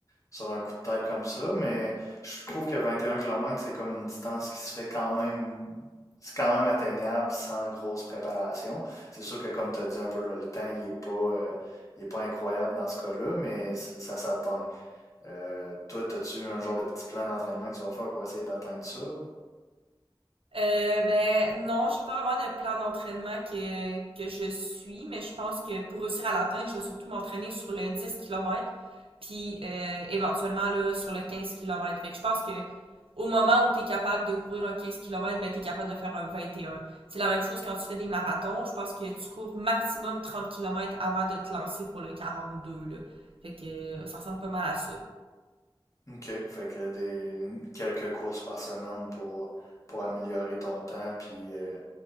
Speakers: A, on the left; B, on the right.
A: sur un coup de tête comme ça, mais je trouve que 21 km, c'est comme une distance qui se fait quand même, c'est quand même atteignable sans grosse préparation. C'est sûr que comme tu as dit un peu, là, le temps, il est pas, euh, il est pas incroyable dans ce cas-là, mais c- ça s'atteint. Euh, toi, as-tu un genre de petit plan d'entraînement que tu vas faire pour essayer d'atteindre ça? ou-
B: Euh, ben non, j'ai pas vraiment de plan d'entraînement que, que je suis, mais je pense que pour réussir à l'atteindre, je vais surtout m'entraîner sur le 10 km, puis euh, éventuellement là, sur le 15 km. Fait que je pense que au moment où tu es capable de courir un 15 km, ben tu es capable de faire un 21. C'est la même chose quand tu fais des marathons, je pense que tu cours maximum 30 km avant de te lancer pour le 42 là. Fait que euh, ça ressemble pas mal à ça.
A: OK. Fait que des quelques courses par semaine pour, pour améliorer ton temps, puis euh,